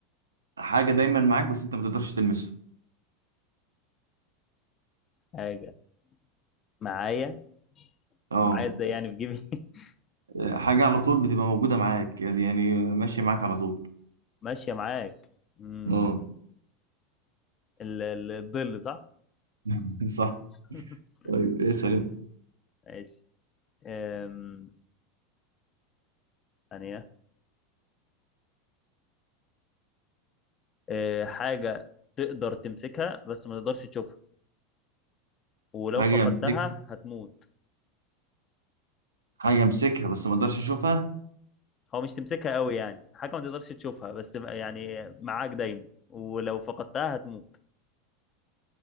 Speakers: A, on the right; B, on the left.
A: حاجة دايما معاك بس انت ما تقدرش تلمسها
B: حاجه معايا
A: اه
B: معايا ازاي يعني في جيبي <laughs>
A: آه، حاجة على طول بتبقى موجودة معاك يعني يعني ماشية معاك على طول
B: ماشيه معاك امم
A: اه
B: ال- ال- الظل صح
A: <laughs> صح
B: <laughs>
A: طيب اسأل انت
B: ماشي أم... ثانيه آه، حاجة تقدر تمسكها بس ما تقدرش تشوفها ولو
A: حاجة
B: فقدتها
A: امسك
B: هتموت
A: حاجة امسكها بس ما اقدرش اشوفها
B: هو مش تمسكها قوي يعني حاجة ما تقدرش تشوفها بس م- يعني معاك دايما ولو فقدتها هتموت